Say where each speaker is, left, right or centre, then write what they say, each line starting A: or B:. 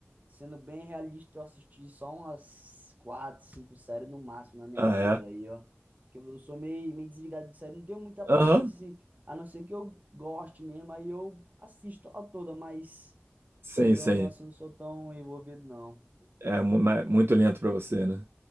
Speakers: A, on the right; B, on the right.
A: sendo bem realista, eu assisti só umas quatro, cinco séries no máximo na minha
B: Ah,
A: vida
B: é?
A: aí, ó. Que eu sou meio, meio desligado de série, não tenho muita paciência
B: Aham.
A: assim. A não ser que eu goste mesmo, aí eu assisto a toda, mas
B: Sim,
A: querendo
B: sim.
A: ou não, assim, não sou tão envolvido, não.
B: É mu- ma- muito lento pra você, né?